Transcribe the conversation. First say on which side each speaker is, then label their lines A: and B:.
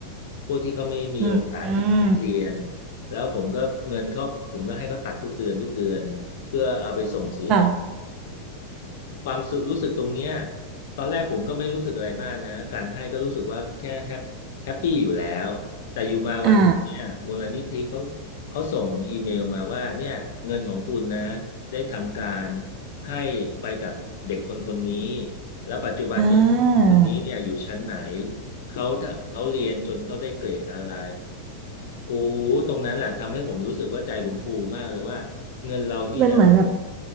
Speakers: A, on the left (about 55°); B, on the right (about 40°).
A: พวกที่เขาไม่มีโอกาสที่จะได้เรียน
B: อืมอืม
A: แล้วผมก็เงินเขาผมก็ให้เขาตัดทุกเดือนทุกเดือนเพื่อเอาไปส่งเสีย
B: ค่ะ
A: ความสุรู้สึกตรงเนี้ยตอนแรกผมก็ไม่รู้สึกอะไรมากนะการให้ก็รู้สึกว่าแค่แฮปแฮปปี้อยู่แล้วแต่อยู่มาวันเนี่ยมูลนิธิเขา
B: อ่า
A: เขาส่งอีเมลมาว่าเนี่ยเงินของคุณนะได้ทำการให้ไปกับเด็กคนคนนี้แล้วปัจจุบันเนี่ยเด็กคนคนนี้เนี่ยอยู่ชั้นไหน
B: อ่า
A: เขาถ้าเขาเรียนจนเขาได้เกรดอะไรโอ้ตรงนั้นแหละทำให้ผมรู้สึกว่าใจผมฟูมากเลยว่าเงินเรานี่นะ
B: มันเหมือนแบบ